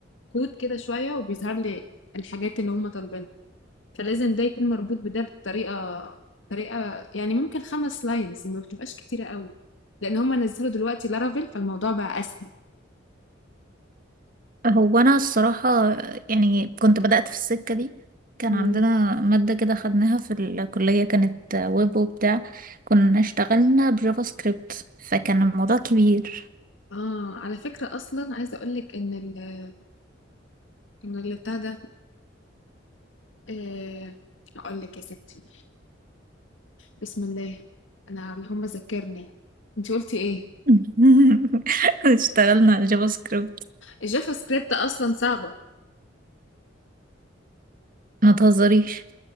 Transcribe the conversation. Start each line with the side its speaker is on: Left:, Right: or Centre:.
Left: الكود كده شوية وبيظهر لي الحاجات اللي هم طالبينها فلازم ده يكون مربوط بده بطريقة طريقة يعني ممكن خمس لاينز ما بتبقاش كتيرة قوي لان هم نزلوا دلوقتي لارافيل فالموضوع بقى اسهل
Right: هو أنا الصراحة يعني كنت بدأت في السكة دي كان
Left: مم.
Right: عندنا مادة كده خدناها في الكلية كانت ويب وبتاع كنا اشتغلنا بجافا سكريبت فكان الموضوع كبير
Left: اه على فكرة اصلا عايزة اقولك ان ال ان اللي بتاع ده آه اقول لك يا ستي بسم الله انا اللي هم ذكرني انت قلتي ايه
Right: <laughs> اشتغلنا على جافا سكريبت
Left: الجافا سكريبت اصلا صعبة
Right: ما تهزريش